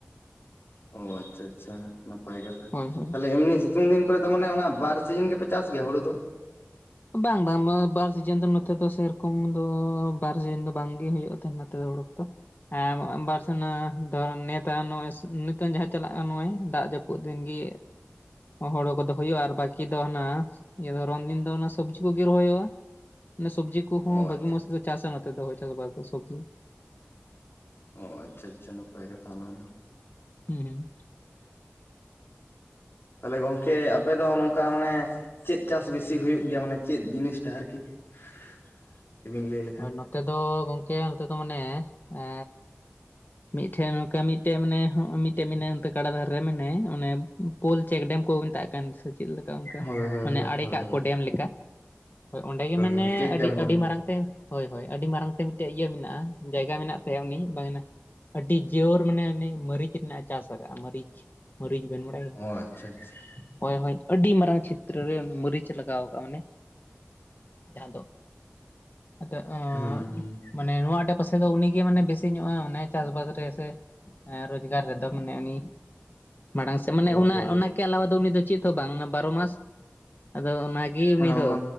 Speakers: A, on the left; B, on the left.
A: ᱚ ᱟᱪᱪᱷᱟ ᱟᱪᱪᱷᱟ ᱱᱟᱯᱟᱭ ᱠᱟᱛᱷᱟ,
B: ᱦᱳᱭ ᱦᱳᱭ
A: ᱛᱟᱦᱞᱮ ᱮᱢᱱᱤ ᱥᱤᱛᱩᱝ ᱫᱤᱱ ᱠᱚᱨᱮ ᱫᱚ ᱢᱟᱱᱮ ᱚᱱᱟ ᱵᱟᱨ ᱥᱤᱡᱤᱱ ᱜᱮᱯᱮ ᱪᱟᱥ ᱜᱮᱭᱟ ᱦᱩᱲᱩ ᱫᱚ?
B: ᱵᱟᱝ ᱵᱟᱝ ᱵᱟᱨ ᱥᱤᱡᱤᱱ ᱫᱚ ᱱᱚᱛᱮ ᱫᱚ ᱥᱮᱨᱚᱠᱚᱢ ᱫᱚ ᱵᱟᱨ ᱥᱤᱡᱤᱱ ᱫᱚ ᱵᱟᱝᱜᱮ ᱦᱩᱭᱩᱜ ᱛᱟᱦᱮᱸᱱ ᱱᱚᱛᱮ ᱫᱚ ᱦᱩᱲᱩ ᱠᱚᱫᱚ᱾ ᱮ ᱵᱟᱨ ᱥᱮᱱᱟ ᱫᱚ ᱱᱤᱭᱟᱹ ᱛᱟᱭᱱᱚᱢ <unintelligible> ᱱᱤᱛᱚᱝ ᱡᱟᱦᱟᱸ ᱪᱟᱞᱟᱜ ᱠᱟᱱ ᱱᱚᱜ-ᱚᱭ ᱫᱟᱜ ᱡᱟᱹᱯᱩᱫ ᱫᱤᱱ ᱜᱮ ᱦᱳᱲᱳ ᱠᱚᱫᱚ ᱦᱳᱭᱳᱜ-ᱟ ᱟᱨ ᱵᱟᱠᱤ ᱫᱚ ᱦᱟᱱᱟ ᱦᱤᱭᱟᱹ ᱫᱷᱚᱨᱚᱱ ᱫᱤᱱ ᱫᱚ ᱥᱚᱵᱽᱡᱤ ᱠᱚᱜᱮ ᱨᱚᱦᱚᱭ ᱦᱩᱭᱩᱜ-ᱟ᱾ ᱚᱱᱮ ᱥᱚᱵᱽᱡᱤ ᱠᱚᱦᱚᱸ
A: ᱚ
B: ᱵᱷᱟᱹᱜᱤ
A: ᱟᱪᱪᱷᱟ
B: ᱢᱚᱡᱽ ᱛᱮᱠᱚ ᱪᱟᱥᱟ ᱱᱚᱛᱮ ᱫᱚ ᱪᱟᱥ-ᱵᱟᱥ ᱫᱚ ᱥᱚᱵᱽᱡᱤ᱾
A: ᱚ ᱟᱪᱪᱷᱟ ᱟᱪᱪᱷᱟ ᱱᱟᱯᱟᱭ ᱜᱮ ᱛᱟᱨᱢᱟᱱᱮ ᱫᱚ ᱾
B: ᱦᱩᱸ ᱦᱩᱸ ᱾
A: ᱛᱟᱦᱞᱮ ᱜᱚᱝᱠᱮ ᱟᱯᱮ ᱫᱚ ᱱᱚᱝᱠᱟ ᱢᱟᱱᱮ ᱪᱮᱫ ᱪᱟᱥ ᱵᱮᱥᱤ ᱦᱩᱭᱩᱜ ᱜᱮᱭᱟ ᱢᱟᱱᱮ ᱪᱮᱫ ᱡᱤᱱᱤᱥᱴᱟᱜ ᱟᱨᱠᱤ <inaudible> ᱵᱤᱱ ᱞᱟᱹᱭ ᱞᱮ
B: ᱦᱳᱭ ᱱᱚᱛᱮ ᱫᱚ ᱜᱚᱝᱠᱮ ᱱᱚᱛᱮ ᱫᱚ ᱢᱟᱱᱮ ᱮ ᱢᱤᱫᱴᱷᱮᱱ ᱱᱚᱝᱠᱟ ᱢᱤᱫᱴᱮᱱ ᱢᱟᱱᱮ ᱢᱤᱫᱴᱮᱱ ᱢᱮᱱᱟᱭᱟ ᱚᱱᱛᱮ ᱜᱟᱰᱟ ᱫᱷᱟᱨᱮ ᱨᱮ ᱢᱮᱱᱟᱭᱟ ᱚᱱᱮ ᱯᱳᱞ ᱪᱮᱠ ᱰᱮᱢ ᱠᱚ ᱢᱮᱛᱟᱜ ᱠᱟᱱ ᱥᱮ ᱪᱮᱫ ᱞᱮᱠᱟ ᱚᱱᱠᱟ
A: ᱦᱳᱭ ᱦᱳᱭ
B: ᱢᱟᱱᱮ
A: ᱦᱳᱭ
B: ᱟᱲᱮ
A: ᱦᱳᱭ
B: ᱠᱟᱜ ᱠᱚ ᱰᱮᱢ ᱞᱮᱠᱟ᱾ ᱦᱳᱭ ᱚᱸᱰᱮ ᱜᱮ ᱢᱟᱱᱮ
A: ᱦᱳᱭ ᱪᱮᱠ
B: ᱟᱹᱰᱤ
A: ᱰᱮᱢ ᱠᱚ
B: ᱟᱹᱰᱤ ᱢᱟ ᱢᱟᱨᱟᱝ ᱛᱮ ᱦᱳᱭ ᱦᱳᱭ ᱟᱹᱰᱤ ᱢᱟᱨᱟᱝ ᱛᱮ ᱢᱤᱫᱴᱮᱡ ᱤᱭᱟᱹ ᱢᱮᱱᱟᱜ-ᱟ ᱡᱟᱭᱜᱟ ᱢᱮᱱᱟᱜ ᱛᱟᱭᱟ ᱩᱱᱤ <unintelligible> ᱟᱹᱰᱤ ᱡᱳᱨ ᱢᱟᱱᱮ ᱩᱱᱤ ᱢᱟᱹᱨᱤᱪ ᱨᱮᱱᱟᱜ ᱮ ᱪᱟᱥ ᱟᱠᱟᱜ-ᱟ ᱢᱟᱹᱨᱤᱪ, ᱢᱟᱹᱨᱤᱪ ᱵᱮᱱ ᱵᱟᱲᱟᱭᱟ?
A: ᱚ ᱟᱪᱪᱷᱟ ᱟᱪᱪᱷᱟ ᱾
B: ᱦᱳᱭ ᱦᱳᱭ ᱟᱹᱰᱤ ᱢᱟᱨᱟᱝ ᱪᱷᱤᱛᱨᱚ ᱨᱮ ᱢᱟᱹᱨᱤᱪ ᱮ ᱞᱟᱜᱟᱣ ᱠᱟᱜ-ᱟ ᱢᱟᱱᱮ ᱡᱟᱦᱟᱸ ᱫᱚ <inaudible> ᱟᱫᱚ ᱚᱸᱻ
A: ᱦᱩᱸ ᱦᱩᱸ
B: ᱢᱟᱱᱮ ᱱᱚᱣᱟ ᱟᱸᱰᱮ ᱯᱟᱥᱮ ᱫᱚ ᱩᱱᱤ ᱜᱮ ᱢᱟᱱᱮ ᱵᱮᱥᱤ ᱧᱚᱜ-ᱟ ᱢᱟᱱᱮ ᱪᱟᱥ-ᱵᱟᱥ ᱨᱮ ᱥᱮ ᱨᱳᱡᱽᱜᱟᱨ ᱨᱮᱫᱚ ᱢᱟᱱᱮ ᱩᱱᱤ ᱢᱟᱲᱟᱝ ᱥᱮᱫ ᱢᱟᱱᱮ
A: ᱚ
B: ᱚᱱᱟ
A: ᱦᱳᱭ
B: ᱚᱱᱟ <unintelligible> ᱫᱚ ᱩᱱᱤ ᱫᱚ ᱪᱮᱫ ᱦᱚᱸ ᱵᱟᱝ, ᱵᱟᱨᱚ ᱢᱟᱥ ᱟᱫᱚ ᱚᱱᱟᱜᱮ
A: ᱢᱟᱱᱮ
B: ᱩᱱᱤ
A: ᱚᱱᱟ
B: ᱫᱚ᱾